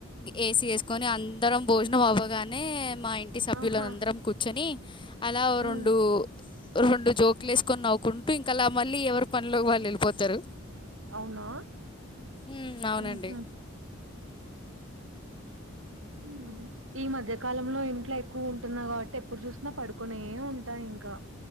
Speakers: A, on the left; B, on the right.
A: ఏసి యేసుకొని అందరం భోజనం అవ్వగానే మా ఇం టి సభ్యులం
B: ఆహా
A: అందరం కూర్చొని అలా
B: హ్మ్
A: రెండు రెండు జోకులు ఏసుకొని నవ్వుకుంటూ ఇంకా అలా మళ్ళీ ఎవరి పనిలో వాళ్ళు ఎళ్ళిపోతారు
B: అవునా
A: ఉమ్ అవునండి
B: మ్మ్ హూ హ్మ్ ఈ మధ్యకాలంలో ఇంట్లో ఎక్కువ ఉంటున్నా కాబట్టి ఎప్పుడు చూసినా పడుకొనే ఉంటా ఇంకా